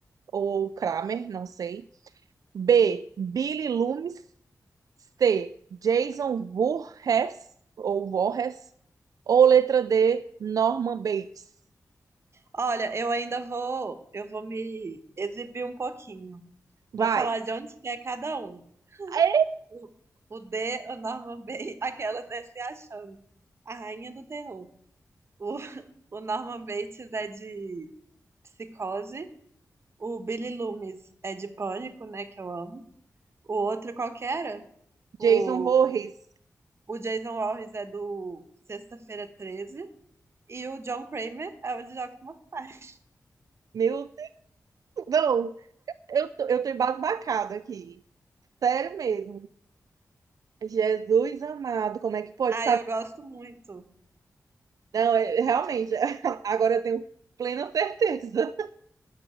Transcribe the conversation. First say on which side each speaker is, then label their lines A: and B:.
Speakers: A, on the right; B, on the right.
A: ou Kramer, não sei. B, Billy Loomis. C, Jason Voorhees, ou Voorhees. Ou letra D, Norman Bates.
B: Olha, eu ainda vou, eu vou me exibir um pouquinho.
A: Vai.
B: Vou falar de onde que é cada um.
A: É?
B: O, o D, o Norman Bates, aquelas né, se achando. A rainha do terror. O, <laughs> o Norman Bates é de psicose. O Billy Loomis é de pânico, né? Que eu amo. O outro qual que era? O,
A: Jason Voorhees.
B: o Jason Voorhees é do Sexta-feira Treze E o John Kramer é o de Jogos Mortais.
A: Meu Deus, não, eu tô, eu tô embasbacada aqui. Sério mesmo. Jesus amado, como é que pode
B: Ah,
A: saber?
B: eu gosto muito.
A: Não, é- realmente, <laughs> agora eu tenho plena certeza.